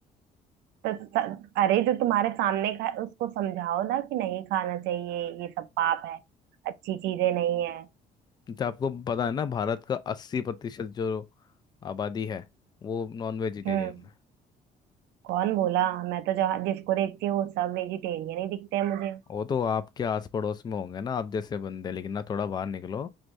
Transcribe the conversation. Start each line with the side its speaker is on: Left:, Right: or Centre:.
Right: तो स- अरे जो तुम्हारे सामने खाए उसको समझाओ ना कि नहीं खाना चाहिए ये सब पाप है अच्छी चीजें नहीं है
Left: तो आपको पता है ना भारत का अस्सी प्रतिशत जो आबादी है वो नॉन वेजिटेरियन
Right: हम्म
Left: है
Right: कौन बोला मैं तो जहाँ जिसको देखती हूँ वो सब वेजिटेरियन ही दिखते हैं मुझे
Left: वो तो आपके आस पड़ोस में होंगे ना आप जैसे बंदे लेकिन ना थोड़ा बाहर निकलो